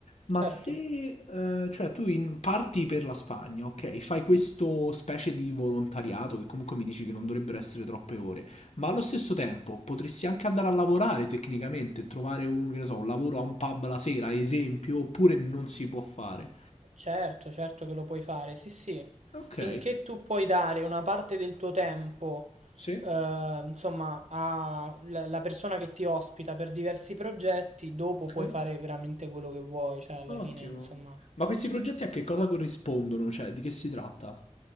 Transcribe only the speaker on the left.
Ma se, eh, cioè, tu in- parti per la Spagna, ok? Fai questo specie di volontariato che comunque mi dici che non dovrebbero essere troppe ore, ma allo stesso tempo potresti anche andare a lavorare tecnicamente, trovare un, che ne so, un lavoro a un pub la sera, ad esempio, oppure non si può fare.
Ok,
sì,
ok.
Ottimo.
Ma questi progetti a che cosa corrispondono? Cioè, di che si tratta?